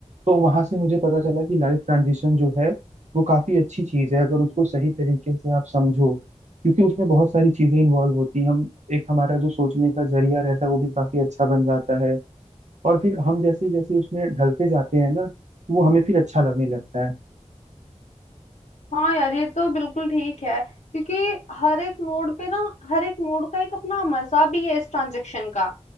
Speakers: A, on the right; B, on the left.
A: तो वहां से मुझे पता चला कि लाइफ ट्रांजिशन जो है वो काफी अच्छी चीज है अगर उसको सही तरीके से आप समझो क्योंकि उसमें बहुत सारी चीजें इन्वॉल्व होती हैं हम एक हमारा जो सोचने का जरिया रहता है वो भी काफी अच्छा बन जाता है और फिर हम जैसे जैसे उसमें ढलते जाते हैं ना तो वो हमें फिर अच्छा लगने लगता है
B: हाँ यार ये तो बिल्कुल ठीक है क्योंकि हर एक मोड पे ना हर एक मोड का एक अपना मजा भी है इस ट्रांजेक्शन का